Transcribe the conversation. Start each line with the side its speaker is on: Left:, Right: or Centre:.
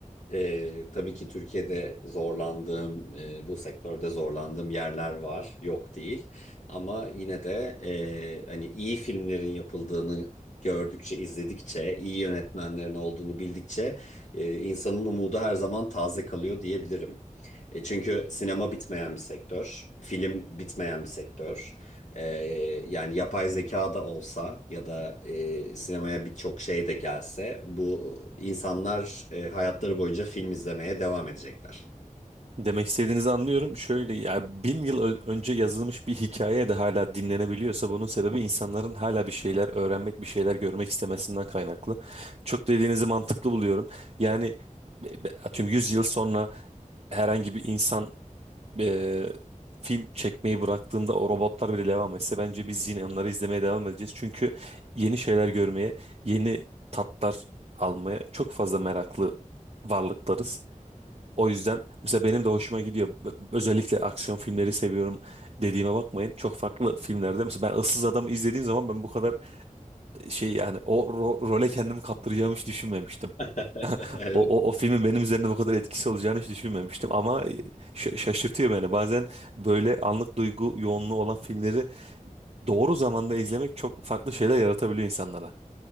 Left: Ee, tabii ki Türkiye'de zorlandığım, e, bu sektörde zorlandığım yerler var, yok değil. Ama yine de e, hani iyi filmlerin yapıldığını gördükçe, izledikçe, iyi yönetmenlerin olduğunu bildikçe e, insanın umudu her zaman taze kalıyor diyebilirim. E, çünkü sinema bitmeyen bir sektör, film bitmeyen bir sektör. E, yani yapay zeka da olsa ya da e, sinemaya birçok şey de gelse bu insanlar e, hayatları boyunca film izlemeye devam edecekler.
Right: Demek istediğinizi anlıyorum. Şöyle ya bin yıl ö- önce yazılmış bir hikaye de hala dinlenebiliyorsa bunun sebebi insanların hala bir şeyler öğrenmek, bir şeyler görmek istemesinden kaynaklı. Çok dediğinizi mantıklı buluyorum. Yani be- be- atıyorum 100 yıl sonra herhangi bir insan e, film çekmeyi bıraktığında o robotlar bile devam etse bence biz yine onları izlemeye devam edeceğiz. Çünkü yeni şeyler görmeye, yeni tatlar almaya çok fazla meraklı varlıklarız. O yüzden mesela benim de hoşuma gidiyor. Ö- Özellikle aksiyon filmleri seviyorum dediğime bakmayın. Çok farklı filmlerde mesela ben Issız Adam'ı izlediğim zaman ben bu kadar şey yani o ro- role kendimi kaptıracağımı hiç düşünmemiştim.
Left: <laughs> Evet.
Right: O, o, o filmin benim üzerinde bu kadar etkisi olacağını hiç düşünmemiştim ama ş- şaşırtıyor beni. Bazen böyle anlık duygu yoğunluğu olan filmleri doğru zamanda izlemek çok farklı şeyler yaratabiliyor insanlara.